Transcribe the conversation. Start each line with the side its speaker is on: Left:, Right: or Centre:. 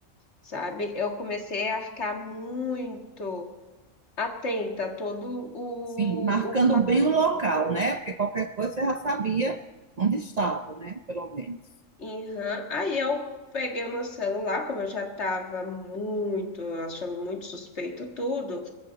Left: sabe? Eu comecei a ficar muito atenta a todo o,
Right: Sim, marcando
Left: o,
Right: bem o local, né? Porque qualquer coisa você já sabia onde estava, né? Pelo menos.
Left: Uhum. Aí eu peguei o meu celular, como eu já estava muito, achando muito suspeito tudo.